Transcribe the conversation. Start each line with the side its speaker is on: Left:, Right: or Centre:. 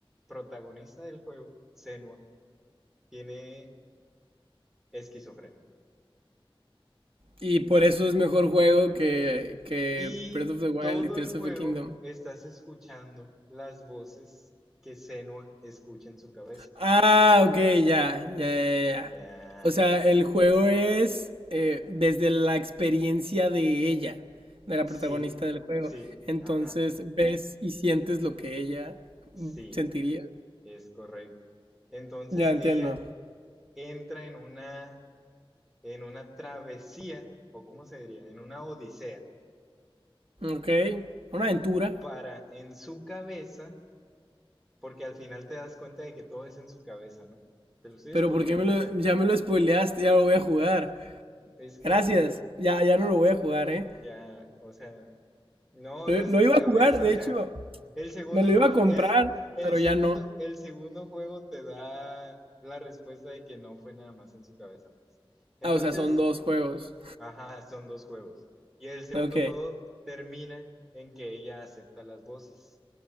Centre: protagonista del juego, Senua, tiene esquizofrenia.
Right: Y por eso es mejor juego que, que
Centre: Y
Right: Breath of the Wild
Centre: todo
Right: y Tears
Centre: el juego
Right: of the Kingdom.
Centre: estás escuchando las voces que Senua escucha en su cabeza.
Right: Ah, ok, ya, ya, ya, ya.
Centre: Ya,
Right: O sea,
Centre: ya.
Right: el juego es eh, desde la experiencia de ella, de la
Centre: Sí,
Right: protagonista del juego.
Centre: sí,
Right: Entonces
Centre: ajá,
Right: ves y sientes lo que ella
Centre: sí,
Right: mm, sentiría.
Centre: es correcto. Entonces
Right: Ya entiendo.
Centre: ella entra en una, en una travesía, o cómo se diría, en una odisea,
Right: Ok, una aventura.
Centre: para en su cabeza, porque al final te das cuenta de que todo es en su cabeza, ¿no? Te lo estoy
Right: Pero
Centre: spoileando
Right: ¿por qué me lo,
Centre: ya.
Right: ya me lo spoileaste? Ya lo voy a jugar.
Centre: Es que
Right: Gracias. Ya, ya no lo voy a jugar, ¿eh?
Centre: Ya, o sea, no,
Right: Lo,
Centre: no es
Right: lo
Centre: en
Right: iba
Centre: su cabeza,
Right: a jugar, de
Centre: o sea,
Right: hecho,
Centre: el segundo,
Right: me lo
Centre: enjue-
Right: iba a comprar,
Centre: el, el
Right: pero
Centre: segundo,
Right: ya no.
Centre: el segundo juego te da la respuesta de que no fue nada más en su cabeza, pues. Entonces,
Right: Ah, o sea, son dos juegos.
Centre: ajá, son dos juegos. Y el segundo
Right: Ok.
Centre: juego termina en que ella acepta las voces.